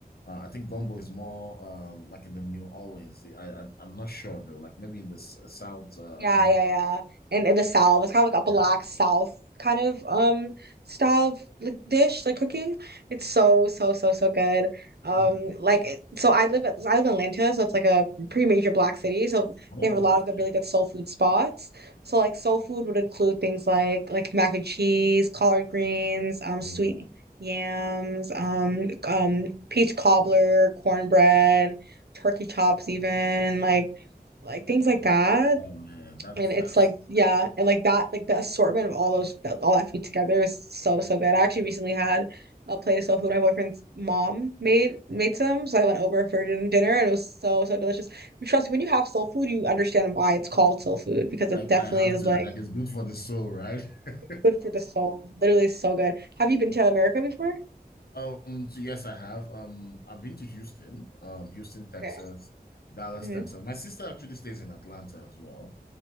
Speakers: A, on the left; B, on the right.
A: uh, I think gumbo is more um like in the New Orleans. I, I I'm not sure though, like maybe in the s- uh, South uh,
B: yeah,
A: America.
B: yeah, yeah. And in the South, it's kind of like a black
A: Yeah.
B: South kind of um style of like dish, like cooking. It's so, so, so, so good. Um,
A: Oh,
B: like it- so I live at I live in Atlanta, so it's like a pretty major black city. So
A: oh,
B: they have a lot
A: that's-
B: of good,
A: yeah.
B: really good soul food spots. So like soul food would include things like like mac and cheese, collard greens, um, sweet
A: Oh,
B: yams,
A: that's
B: um,
A: cool.
B: um, peach cobbler, cornbread turkey chops even like like things like that.
A: Oh man, that's
B: And it's
A: that's
B: like, yeah, and like that, like the assortment of all those, that, all that food together is so, so good. I actually recently had a plate of soul food my boyfriend's mom made made some, so I went over for din- dinner, and it was so, so delicious. But trust me, when you have soul food, you understand why it's called soul food because
A: I
B: it definitely
A: I have
B: is
A: to
B: like
A: like it's good for the soul, right? <laughs>
B: good for the soul. Literally, it's so good. Have you been to America before?
A: Um, so yes, I have. Um, I've been to Houston, um, Houston, Texas,
B: Okay.
A: Dallas,
B: hmm
A: Texas. My sister actually stays in Atlanta as well.